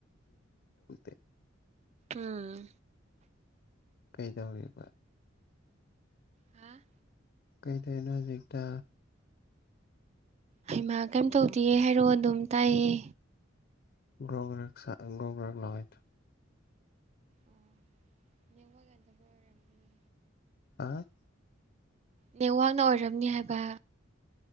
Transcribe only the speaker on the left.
<unintelligible>
ꯀꯩꯗꯧꯔꯤꯕ
ꯀꯩꯗꯣꯔꯤꯅꯣ ꯍꯧꯖꯤꯛꯇ
<unintelligible>
ꯍꯥ